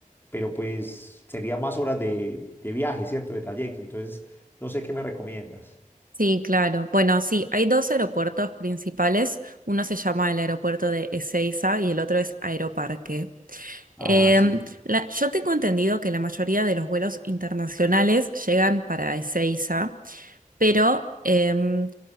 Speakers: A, on the left (about 15°); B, on the right (about 80°).
A: pero pues sería más horas de, de viaje, ¿cierto? De trayecto, entonces no sé qué me recomiendas.
B: Sí, claro. Bueno, sí, hay dos aeropuertos principales. Uno se llama el aeropuerto de Ezeiza y el otro es Aeroparque.
A: Ah,
B: Eh,
A: sí,
B: la- yo tengo entendido que la mayoría de los vuelos internacionales llegan para Ezeiza, pero em,